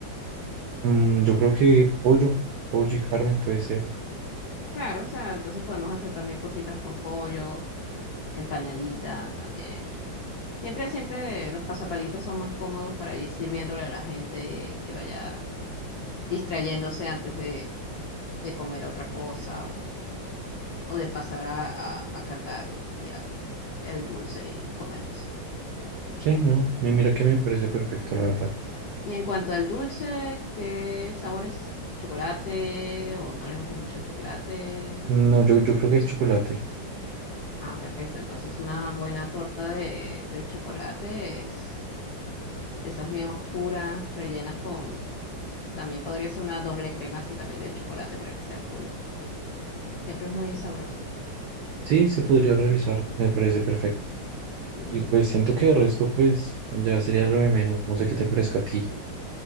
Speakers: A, on the right (about 80°); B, on the left (about 75°).
A: Mm, yo creo que pollo, pollo y carne puede ser.
B: Claro, o sea, entonces podemos hacer también cositas con pollo, empanaditas también. Siempre, siempre los pasapalitos son más cómodos para ir sirviéndole a la gente que vaya distrayéndose antes de, de comer otra cosa o, o de pasar a, a- a cantar y a- el dulce y comer eso.
A: Sí, no, mi- mira que me parece perfecto, la verdad.
B: Y en cuanto al dulce, ¿qué sabores? ¿Chocolate? ¿O no les gusta mucho el chocolate?
A: No, yo, yo creo que el chocolate.
B: Ah, perfecto. Entonces una buena torta de, de chocolate es de esas bien oscuras, rellenas con... También podría ser una doble crema así también de chocolate para que sea full Siempre es muy sabroso.
A: Sí, se podría revisar, me parece perfecto.
B: Y
A: Y pues siento que el resto pues ya sería lo de menos, no sé qué te parezca a ti.